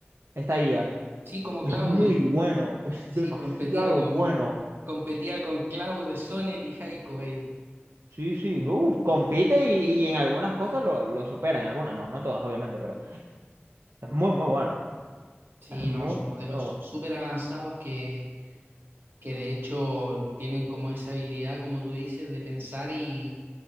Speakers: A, on the right (about 80°); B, on the right (about 60°).
A: esta IA.
B: sí, como
A: Y
B: Claude.
A: es muy bueno, es
B: Sí,
A: demasiado
B: competía con,
A: bueno.
B: competía con Cloud de Sonnet y Haiku ahí.
A: Sí, sí, no, uf, compite y, y en algunas cosas lo, lo supera, en algunas, no, no en todas, obviamente, pero es muy, muy bueno.
B: Sí,
A: Es muy,
B: no, son
A: muy
B: modelos
A: bueno.
B: súper avanzados que, que de hecho tienen como esa habilidad, como tú dices, de pensar y,